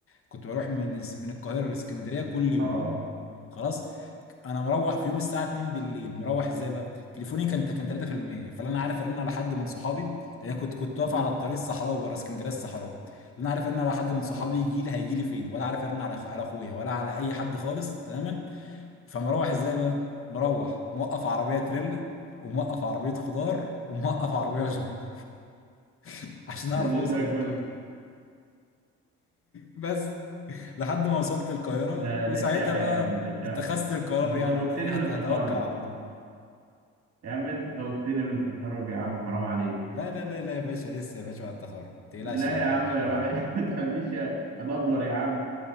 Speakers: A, on the left; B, on the right.
A: كنت بروح من اس- من القاهره لاسكندريه كل يوم
B: حرام
A: مروح خلاص انا مروح في يوم الساعه 2 بالليل مروح ازاي بقى تليفوني كان كان 3%
B: مم.
A: فلا انا عارف ارن على حد من صحابي لان أنا كنت كنت واقف
B: مم.
A: على الطريق الصحراوي بره اسكندريه الصحراوي لا انا عارف ارن على حد من
B: آه.
A: صحابي يجي لي هيجي لي فين ولا عارف ارن على أخ- على اخويا ولا على اي حد خالص تماما فمروح ازاي بقى مروح موقف عربيه تريلا وموقف عربيه خضار وموقف عربيه جنبو <laughs> عشان
B: <laughs>
A: اعرف
B: ليه
A: اوصل
B: ده
A: للقاهره
B: كله
A: بس لحد ما وصلت القاهرة
B: ده ده
A: وساعتها
B: شقة
A: بقى
B: يا ابني ده شقة
A: اتخذت القرار
B: ده انت
A: يعني
B: خوفتني
A: انا إيه، هت-
B: من التخرج
A: هتوكل على الله
B: يا عم انت خوفتني من التخرج يا عم حرام عليك
A: لا لا لا لا يا باشا لسه يا باشا بعد التخرج ما تقلقش
B: لا
A: يا عم
B: يا عم
A: ان شاء
B: الواحد
A: الله خير
B: <laughs> ما تخليش ادبلر يا عم